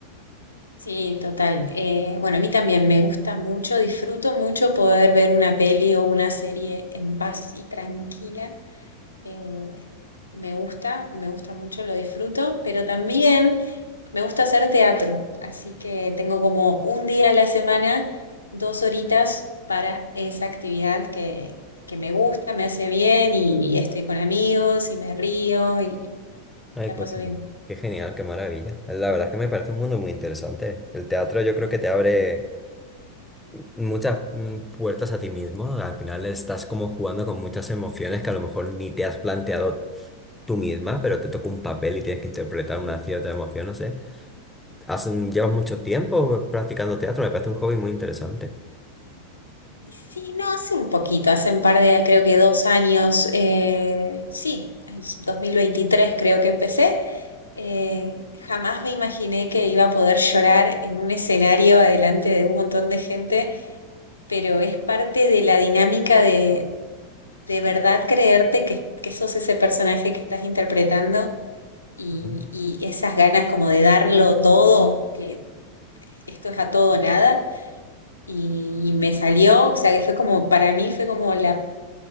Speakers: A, on the left; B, in the centre.
A: Sí, total. Eh, bueno, a mí también me gusta mucho, disfruto mucho poder ver una peli o una serie en paz y tranquila. Eh, me gusta, me gusta mucho, lo disfruto, pero también Me gusta hacer teatro, así que tengo como un día a la semana, dos horitas para esa actividad que, que me gusta, me hace bien y estoy con amigos y me río y
B: Ay,
A: la
B: pues
A: paso
B: qué
A: bien.
B: qué genial, qué maravilla. La verdad es que me parece un mundo muy interesante. El teatro yo creo que te abre muchas mm, puertas a ti mismo. Al final estás como jugando con muchas emociones que a lo mejor ni te has planteado tú misma, pero te toca un papel y tienes que interpretar una cierta emoción, no sé. Has- mm, llevas mucho tiempo practicando teatro, me parece un hobby muy interesante.
A: Y sí, no, hace un poquito, hace un par de, creo que dos años, eh, sí, es 2023 creo que empecé. Eh, jamás me imaginé que iba a poder llorar en un escenario adelante de un montón de gente pero es parte de la dinámica de, de verdad creerte que, que sos ese personaje que estás interpretando y,
B: Ah,
A: y esas ganas como de darlo todo, que esto es a todo o nada, y me salió, o sea, que fue como, para mí fue como la,